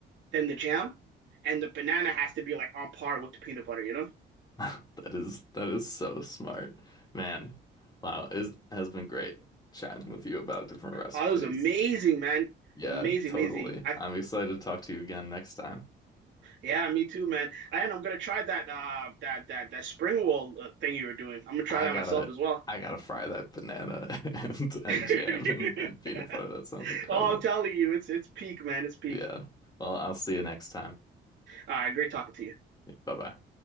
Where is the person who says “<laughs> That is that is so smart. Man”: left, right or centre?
Left